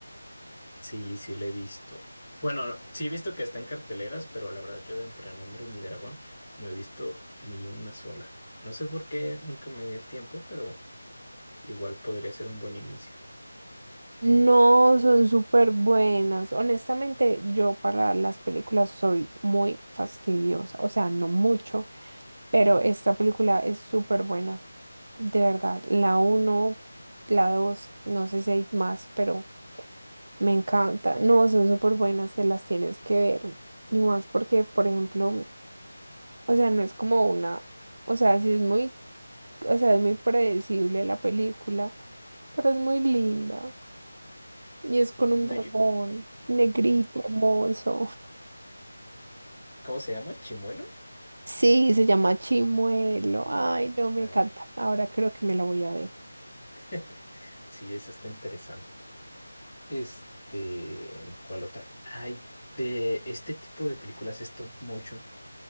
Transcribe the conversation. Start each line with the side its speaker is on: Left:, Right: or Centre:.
Left: Sí, sí, la he visto. Bueno, sí he visto que está en carteleras, pero la verdad yo de Entrenando mi Dragón no he visto ni una sola. No sé por qué nunca me di el tiempo, pero igual podría ser un buen inicio.
Right: No, son súper buenas. Honestamente, yo para las películas soy muy fastidiosa, o sea, no mucho Pero esta película es súper buena, de verdad. La uno la dos no sé si hay más, pero me encanta. No, son súper buenas, te las tienes que ver. Y más porque, por ejemplo, o sea, no es como una, o sea, sí es muy, o sea, es muy predecible la película, pero es muy linda. Y es con un
Left: No,
Right: dragón
Left: yo-
Right: negrito, hermoso.
Left: ¿cómo se llama? ¿Chimuelo?
Right: Sí, se llama Chimuelo. Ay, no, me
Left: Ah,
Right: encanta.
Left: sí,
Right: Ahora creo que me la voy a ver.
Left: <laughs> Sí, esa está interesante. Este, ¿cuál otra? Hay de este tipo de películas stop motion.